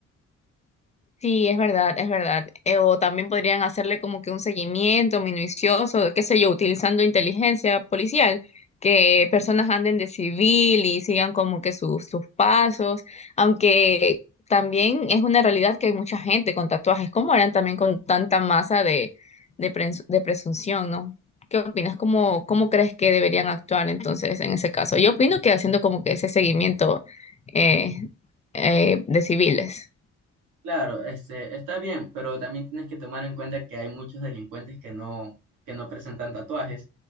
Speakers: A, on the left; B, on the right.
A: Sí, es verdad, es verdad. Eh, o también podrían hacerle como que un seguimiento minucioso, qué sé yo, utilizando inteligencia policial, que personas anden de civil y sigan como que sus, sus pasos, aunque también es una realidad que hay mucha gente con tatuajes, como eran también con tanta masa de, de, prens- de presunción, ¿no? ¿Qué opinas? ¿Cómo, cómo crees que deberían actuar entonces en ese caso? Yo opino que haciendo como que ese seguimiento eh, eh, de civiles.
B: Claro, este, está bien, pero también tienes que tomar en cuenta que hay muchos delincuentes que no, que no presentan tatuajes